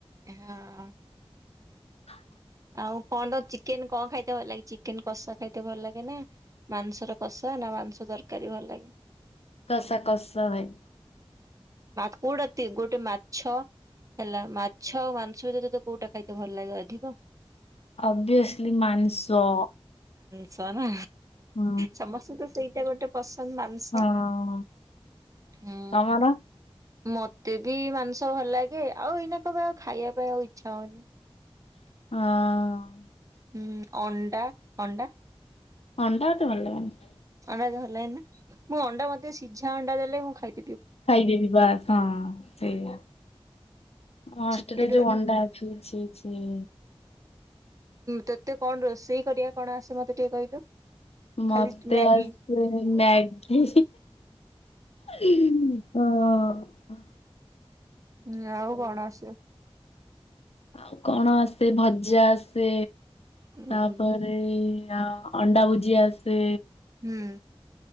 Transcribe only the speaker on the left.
<unintelligible>
କସା କସା ଭାଇ
ଅବଭିିଅସଲି ମାଂସ
ହୁଁ।
ହଁ
ତମର?
ହଁ
ଅଣ୍ଡା ଏତେ ଭଲ ଲାଗିବନି।
ଖାଇଦବି ବାସ୍ ହଁ ସେଇଆ ମୋ ହଷ୍ଟେଲରେ
ଯେଉ ଅଣ୍ଡା ଅଛି ଛି ଛି
ମତେ
ଆସେ ମ୍ୟାଗି ହଁ ହ
ଆଉ କଣ ଆସେ ଭଜା ଆସେ
ତାପରେ ଅ ଅଣ୍ଡା ଭୁଜି ଆସେ